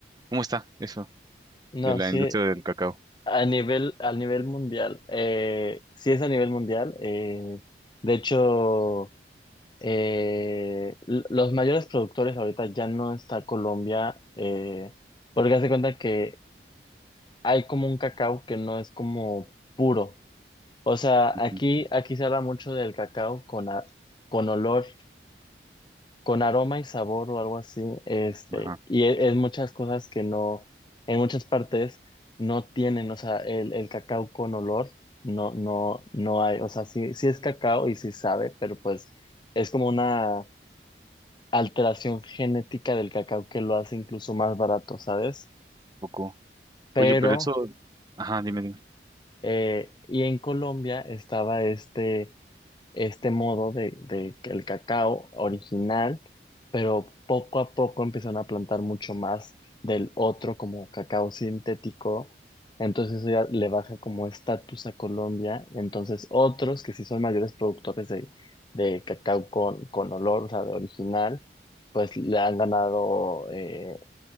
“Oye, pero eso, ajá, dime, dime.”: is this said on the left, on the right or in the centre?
Right